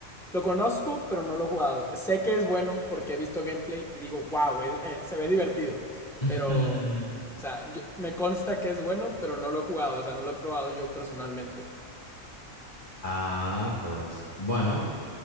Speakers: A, in the centre; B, on the left (about 25°).
A: Lo conozco, pero no lo he jugado. Sé que es bueno porque he visto gameplay y digo, wow, se ve divertido.
B: <laughs>
A: Pero, o sea, yo- me consta que es bueno, pero no lo he jugado. O sea, no lo he probado yo personalmente.
B: Ah, pues bueno,